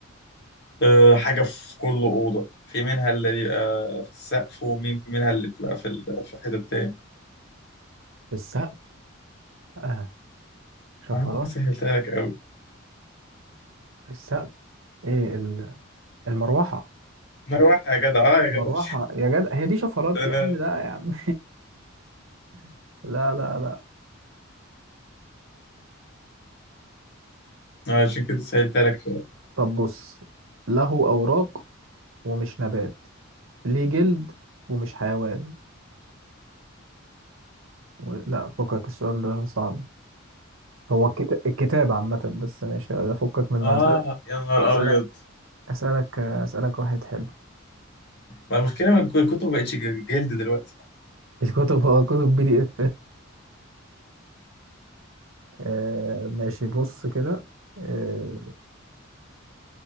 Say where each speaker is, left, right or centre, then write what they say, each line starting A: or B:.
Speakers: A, on the left (about 55°); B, on the right (about 75°).
A: أه حاجة في كل أوضة في منها اللي بيبقى في السقف ومين في منها اللي بتبقى في ال- في حتة تاني
B: السقف آه. شفرات
A: أنا سهلتها لك أوي
B: السقف إيه ال... المروحة
A: مروحة يا جدع أه يا
B: المروحة
A: جدع
B: يا جدع هي دي شفرات
A: <laughs>
B: يا عم لا يا عم <laughs> لا لا لا
A: أنا عشان كده سهلتها لك فعلا.
B: طب بص له أوراق ومش نبات ليه جلد ومش حيوان و... لا فكك السؤال ده صعب هو الكت... الكتاب عامة بس ماشي ده فكك منها
A: آه
B: أسألك
A: يا نهار
B: أسألك
A: أبيض
B: أسألك أسألك واحد حلو
A: ما المشكلة إن الكتب مبقتش جلد دلوقتي
B: الكتب هو كتب بي دي إف آه ماشي بص كده آه